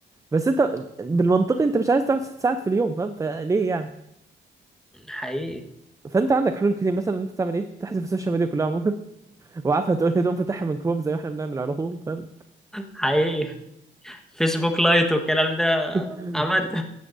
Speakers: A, on the right; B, in the centre.
A: بس انت بالمنطقي انت مش عايز تقعد ست ساعات في اليوم فاهم فليه يعني
B: حقيقي
A: فانت عندك حلول كتير مثلا انت تعمل ايه تحذف السوشيال ميديا كلها عموما <laughs> وعارفه تقول لي تقوم فاتحها من كروم زي ما احنا بنعمل على طول فاهم
B: حقيقي فيسبوك لايت والكلام ده
A: <laughs>
B: عملت